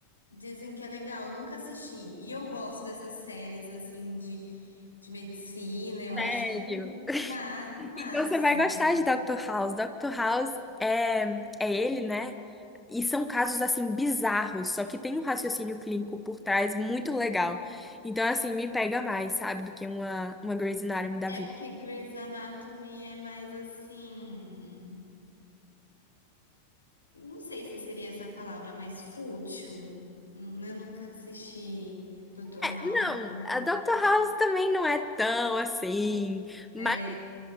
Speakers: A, on the left; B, in the centre.
A: dizem que é legal, nunca assisti. E eu gosto dessas séries assim de, de medicina, eu acho
B: sério.
A: o, ma- o
B: Então
A: máximo.
B: você vai gostar de Doctor House. Doctor House é, é ele, né? E são casos assim bizarros, só que tem um raciocínio clínico por trás muito legal. Então assim, me pega mais, sabe, do que uma uma Grey's Anatomy da
A: É
B: vida.
A: porque Grey's Anatomy é mais assim. Não sei se seria essa palavra, mas fútil. Hum, Eu nunca assisti Dr. House,
B: Não,
A: mas
B: a Dr. House também não é tão assim. Mas,
A: é,